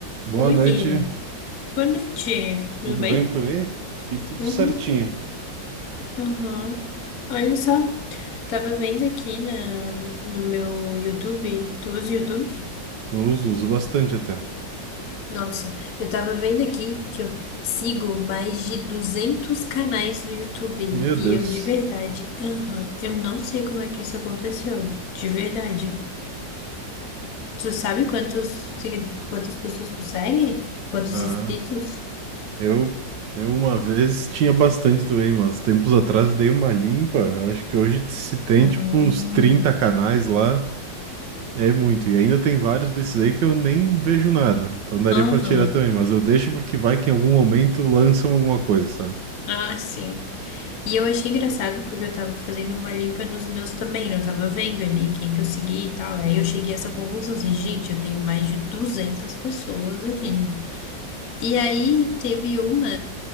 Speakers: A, on the right; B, on the left.
A: Boa
B: Oi,
A: noite,
B: boa noite, tudo
A: tudo
B: bem?
A: bem por aí? Aqui tudo
B: Uhum.
A: certinho.
B: Aham. Olha só, tava vendo aqui na, no meu YouTube, tu usa o YouTube?
A: Uso, uso bastante até.
B: Nossa, eu tava vendo aqui que eu sigo mais de 200 canais do YouTube
A: Meu Deus.
B: e eu de verdade, aham, eu não sei como é que isso aconteceu, de verdade. Tu sabe quantos, segui- quantas pessoas tu segue? Quantos
A: Ah,
B: inscritos?
A: eu, eu uma vez tinha bastante também, mas tempos atrás dei uma limpa. Eu acho que hoje se tem
B: Hum.
A: tipo uns 30 canais lá. É muito. E ainda tem vários desses aí que eu nem vejo nada. Então daria
B: Aham,
A: pra tirar também, mas eu deixo porque vai que em algum momento lançam alguma coisa, sabe?
B: Ah, sim. E eu achei engraçado porque eu tava fazendo uma limpa nos meus também, né? Eu tava vendo ali quem que eu segui e tal. Aí eu cheguei a essa conclusão assim, gente, eu tenho mais de 200 pessoas ali, né? E aí teve uma